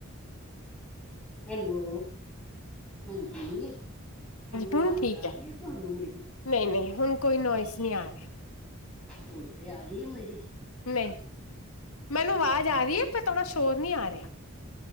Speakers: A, in the centre; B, on the left.
A: ਹੈਲੋ ਹਾਂਜੀ ਮੈਨੂੰ
B: ਹੁਣ
A: ਆਵਾਜ਼
B: ਠੀਕ
A: ਆ ਰਹੀ
B: ਹੈ
A: ਐ ਹੁਣ ਤੁਹਾਨੂੰ ਮੇਰੀ
B: ਨਹੀਂ ਨਹੀਂ ਹੁਣ ਕੋਈ ਨੋਇਸ ਨਹੀਂ ਆ ਰਿਹਾ।
A: ਹੁਣ ਤੇ ਆ ਰਹੀ ਮੇਰੀ।
B: ਨਹੀਂ ਮੈਨੂੰ ਆਵਾਜ਼ ਆ ਰਹੀ ਐ ਪਰ ਥੋੜ੍ਹਾ ਸ਼ੋਰ ਨਹੀਂ ਆ ਰਿਹਾ।